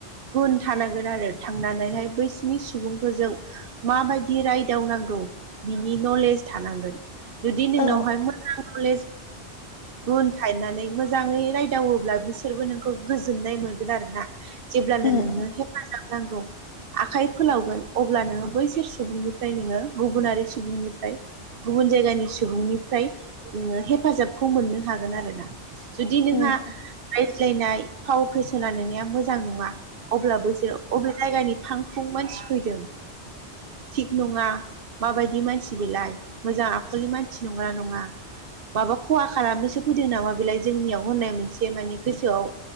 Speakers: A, on the right; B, on the left.
A: गुन थानांगोन आरो थांनानैहाय बैसिनि सुबुंफोरजों माबायदि रायदावनांगौ बिनि नलेज थानांगोन। जुदि नोंनावहाय
B: औ
A: मोजां नलेज गुन थायनानै मोजाङै रायदावोब्ला बिसोरबो नोंखौ गोजोननाय मोनगोन आरोना जेब्लानो
B: उम
A: नोङो
B: उम
A: थाजाब नांगौ। आखाइ फोलावगोन अब्ला नोङो बैसोर सुबुंनिफ्राय नोङो गुबुनारि सुबुंनिफ्राय गुबुन जायगानि सुबुंनिफ्राय नोङो हेफाजाबखौ मोननो हागोन आरोना। जुदि नोंहा
B: उम
A: रायज्लायनाय फाव फेस सोना नोंनिया मोजां नङा अब्ला बैसोरो अबे जायगानि फां फुं मानसि फैदों थिग नङा माबायदि मानसि बेलाय मोजां आखलनि मानसि नंगोना नङा माबा ख'हा खालामनोसो फैदों नामा बेलाय जोंनियाव होननाय मोनसे माने गोसोआव